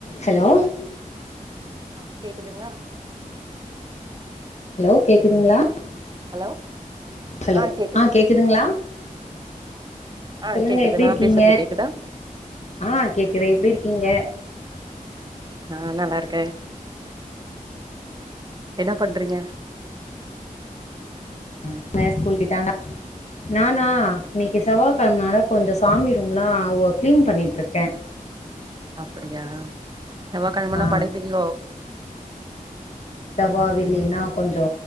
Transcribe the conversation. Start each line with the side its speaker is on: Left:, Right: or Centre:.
Left: Hello
Right: ஆ கேக்குதுங்களா
Left: hello கேக்குதுங்ளா
Right: ஹலோ
Left: ஹலோ
Right: ஆ கேக்குது
Left: ஆஹ் கேக்குதுங்களா
Right: ஆ
Left: சொல்லுங்க
Right: கேக்குது
Left: எப்டி
Right: நா
Left: இருக்கீங்க
Right: பேசுறது கேக்குதா
Left: ஆஹ் கேக்குது எப்டி இருக்கீங்க
Right: ஆஹ் நல்லா இருக்கே என்ன பண்றீங்க
Left: என்ன ஸ்கூல் போய்ட்டாங்களா நானா இன்னிக்கு செவ்வாய்கிழமைனால கொஞ்ச சாமி ரூம் எல்லாம் கிளீன் பண்ணிட்ருக்கே
Right: அப்டியா செவ்வாய்கிழமன்னா
Left: ஆ
Right: படைப்பீங்களோ
Left: வா வெள்ளினா கொஞ்சோ